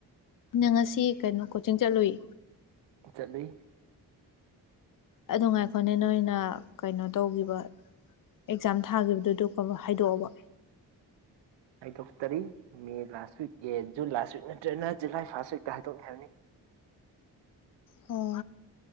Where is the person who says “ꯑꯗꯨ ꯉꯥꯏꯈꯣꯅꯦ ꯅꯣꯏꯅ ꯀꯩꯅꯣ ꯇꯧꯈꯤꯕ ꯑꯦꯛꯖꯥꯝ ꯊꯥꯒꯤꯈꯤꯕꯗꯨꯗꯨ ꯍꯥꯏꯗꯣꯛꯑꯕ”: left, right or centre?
Left